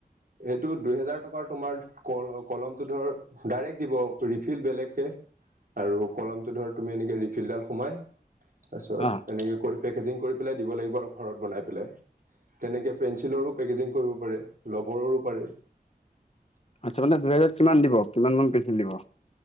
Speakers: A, on the right; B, on the left.
A: এ দুইহেজাৰ টকাৰ তোমাৰ কল কলমটো ধৰ ডাইৰেক্ট দিব ৰিফিল বেলেগকে। আৰু কলমটো ধৰ তুমি এনেকে ৰিফিলডাল সোমাই, তাৰপিছত
B: অ
A: এনেকে কৰি পেকেজিং কৰি পেলাই দিব লাগিব আৰু ঘৰত বনাই পেলাই। তেনেকে পেঞ্চিলৰো পেকেজিং কৰিব পাৰে, ৰবৰৰো পাৰে।
B: আচ্ছা মানে দুহেজাৰ কিমান দিব কিমান মান পেঞ্চিল দিব।